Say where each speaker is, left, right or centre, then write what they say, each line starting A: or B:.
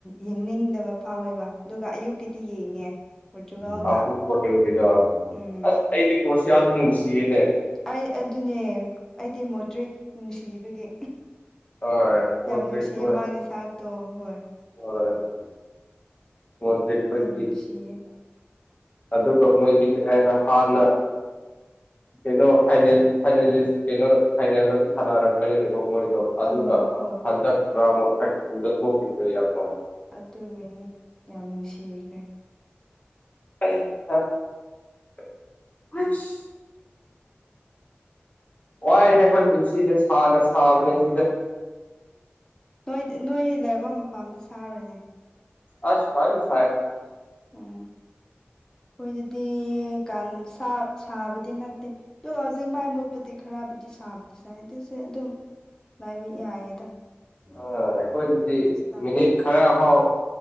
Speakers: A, on the left; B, on the left.
A: ꯌꯦꯡꯅꯤꯡꯗꯕ ꯐꯥꯎꯋꯦꯕ ꯑꯗꯨꯒ ꯑꯌꯨꯛꯀꯤꯗꯤ ꯌꯦꯡꯉꯦ ꯄꯣꯔꯇꯨꯒꯥꯜꯒ
B: ꯄ ꯍꯣꯇꯦꯜꯒꯤꯗ
A: ꯎꯝ
B: ꯑꯁ ꯑꯩꯗꯤ ꯀꯣꯔ꯭ꯔꯣꯁ ꯌꯥꯝꯗꯤ ꯅꯨꯡꯁꯤꯌꯦꯅꯦ
A: ꯑꯩ ꯑꯗꯨꯅꯦ ꯑꯩꯗꯤ ꯃꯣꯗ꯭ꯔꯤꯛ ꯅꯨꯡꯁꯤꯕꯒꯤ
B: ꯍꯣꯏ ꯃꯣꯗ꯭ꯔꯤꯛ
A: ꯌꯥꯝ ꯅꯨꯡꯁꯤꯌꯦ
B: ꯍꯣꯏ
A: ꯃꯥꯒꯤ ꯁꯥꯥꯛꯇꯣ ꯍꯣꯏ
B: ꯍꯣꯏ ꯃꯣꯇꯔꯤ ꯑꯩꯣꯏꯒꯤ
A: ꯌꯥꯝ ꯅꯨꯡꯁꯤꯌꯦ
B: ꯑꯗꯨꯒ ꯃꯣꯏꯗꯤ ꯀ ꯍꯥꯏ ꯍꯥꯟꯅ ꯀꯩꯅꯣ ꯐꯥꯏꯅꯦꯜ ꯐꯥꯏꯅꯦꯁ ꯀꯩꯅꯣ ꯐꯥꯏꯅꯦꯜꯗꯁꯨ ꯁꯥꯟꯅꯔꯝꯕꯅꯤꯅꯀꯣ ꯃꯣꯏꯗꯣ ꯑꯗꯨꯒ
A: ꯑꯍꯣꯏ ꯍꯣꯏ
B: ꯍꯟꯗꯛ ꯔꯥꯃ ꯐꯀꯤꯗ ꯊꯣꯛꯈꯤꯕ ꯌꯥꯔꯣꯏ
A: ꯑꯗꯨꯒꯤꯅꯤ ꯌꯥꯝ ꯅꯨꯡꯁꯤꯈ꯭ꯔꯦ
B: <unintelligible> ꯋꯥꯏ ꯑꯩꯈꯣꯏ ꯄꯨꯟꯁꯤꯁꯦ ꯁꯥꯅ ꯁꯥꯕꯅꯦ ꯁꯤꯗ
A: ꯅꯣꯏ ꯅꯣꯏ ꯂꯩꯔꯝꯕ ꯃꯄꯥꯝꯗ ꯁꯥꯔꯨꯔꯦꯅꯦ
B: ꯑꯁ ꯐꯅꯤ ꯐꯥꯏ
A: ꯎꯝ ꯑꯩꯈꯣꯏꯗꯗꯤ ꯀ ꯁꯥꯕꯗꯤ ꯅꯠꯇꯦ ꯑ ꯍꯧꯖꯤꯛ ꯃꯥꯏ ꯃꯣꯠꯄꯗꯤ ꯈꯔꯕꯨꯗꯤ ꯁꯥꯕꯗꯤ ꯁꯥꯏ ꯑꯗꯨꯁꯨꯦ ꯑꯗꯨꯝ ꯂꯥꯏꯕ ꯌꯥꯏꯌꯦꯗ
B: ꯑ ꯑꯩꯈꯣꯏꯗꯗꯤ
A: ꯀꯩꯁꯨ ꯇꯧꯗꯦ
B: ꯃꯤꯅꯤꯠ ꯈꯔꯐꯥꯎ